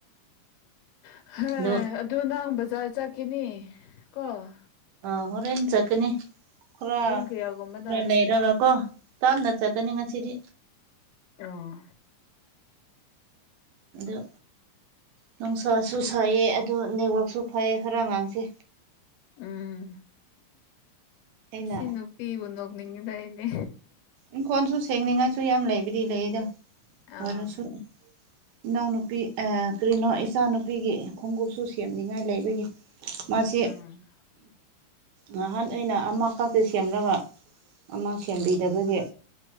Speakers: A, on the left; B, on the right.
A: ꯍ
B: ꯑꯗꯨ
A: ꯑꯗꯨ ꯅꯪ ꯕꯖꯥꯔ ꯆꯠꯈꯤꯅꯤ ꯀꯣ
B: ꯑ ꯍꯣꯔꯦꯟꯟ ꯆꯀꯅꯤ ꯈꯔ
A: ꯄꯨꯡ ꯀꯌꯥꯒꯨꯝꯕꯗ
B: ꯈꯔ ꯂꯩꯔꯒ ꯀꯣ ꯇꯥꯞꯅ ꯆꯠꯀꯅꯤ ꯉꯁꯤꯗꯤ
A: ꯑꯥ
B: ꯑ ꯅꯨꯡꯁꯥꯁꯨ ꯁꯥꯏꯩꯌꯦ ꯑꯗꯨ ꯅꯦꯠꯋꯥꯛꯁꯨ ꯐꯩꯌꯦ ꯈꯔ ꯉꯥꯡꯁꯦ
A: ꯎꯝ
B: ꯑꯩꯅ
A: ꯑꯁꯤ ꯅꯨꯄꯤꯕꯨ ꯅꯣꯛꯅꯤꯡꯉꯗꯏꯅꯦ
B: ꯏꯪꯈꯣꯟꯜꯁꯨ ꯁꯦꯡꯅꯤꯡꯉꯥꯏꯁꯨ ꯌꯥꯝ ꯂꯩꯕꯗꯤ ꯂꯩꯗ ꯑꯣꯏꯔꯁꯨ
A: ꯑꯥ
B: ꯏꯅꯥꯎꯅꯨꯄꯤ ꯀꯔꯤꯅꯣ ꯏꯆꯥꯅꯨꯄꯤꯒꯤ ꯈꯣꯡꯎꯞꯁꯨ ꯁꯦꯝꯅꯤꯡꯉꯥꯏ ꯂꯩꯕꯒꯤ ꯃꯥꯁꯤ
A: ꯎꯝ
B: ꯅꯍꯥꯟ ꯑꯩꯅ ꯑꯃꯈꯛꯇꯦ ꯁꯦꯝꯅꯕ ꯑꯃ ꯁꯦꯝꯕꯤꯗꯕꯁꯦ